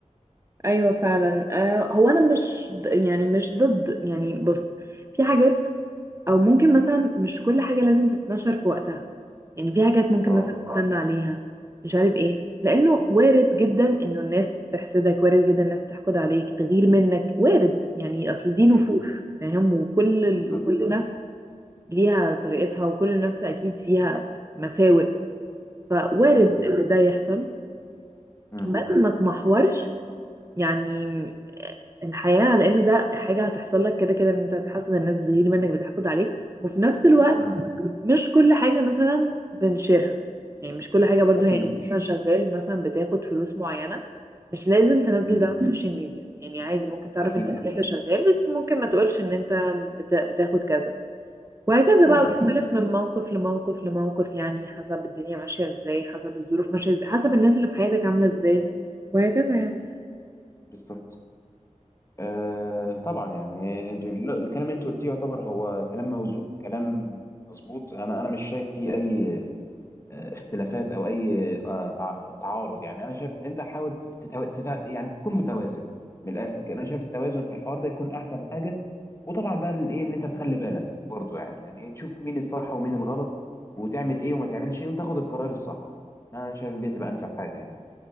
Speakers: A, on the right; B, on the left.
A: ايوه فعلا آه هو انا مش ض- يعني مش ضد يعني بص في حاجات او ممكن مثلا مش كل حاجه لازم تتنشر في وقتها يعني في حاجات ممكن
B: اه
A: مثلا تستنى عليها مش عارف ايه لانه وارد جدا انه الناس تحسدك وارد جدا الناس تحقد عليك تغير منك وارد يعني اصل دي نفوس
B: امم
A: فاهم وكل ال...
B: بالظبط
A: وكل نفس ليها طريقتها وكل نفس اكيد فيها مساوئ فوارد
B: مم.
A: ان ده يحصل
B: مم.
A: بس ما تمحورش يعني الحياة لأن ده حاجة هتحصل لك كده كده إن أنت هتحسد الناس بتغير منك بتحقد عليك وفي نفس الوقت
B: مم.
A: مش كل حاجة مثلا بنشيرها يعني مش كل حاجة برضو
B: اكيد
A: يعني أنت مثلا
B: اكيد
A: شغال مثلا بتاخد فلوس معينة مش لازم تنزل
B: مم.
A: ده على السوشيال ميديا يعني عادي ممكن تعرف
B: اكيد
A: الناس
B: طبعا
A: إن أنت شغال بس ممكن ما تقولش إن أنت بت- بتاخد كذا وهكذا
B: اه
A: بقى ويختلف
B: اكيد
A: من موقف لموقف لموقف يعني حسب الدنيا ماشية إزاي حسب الظروف ماشية إزاي حسب الناس اللي في حياتك عاملة إزاي وهكذا
B: مم.
A: يعني
B: بالظبط آه طبعا يعني الكلام اللي انت قلتيه يعتبر هو كلام موزون كلام مظبوط انا انا مش شايف فيه اي آه، اختلافات او اي آه، آه، تعارض يعني انا شايف ان انت حاول تتو... تت... يعني تكون متوازن من الاخر كده انا شايف التوازن في الحوار ده يكون احسن حاجه وطبعا بقى الايه ان انت تخلي بالك برضو يعني يعني تشوف مين الصح ومين الغلط وتعمل ايه وما تعملش ايه وتاخد القرار الصح انا شايف ان دي تبقى انسب حاجه يعني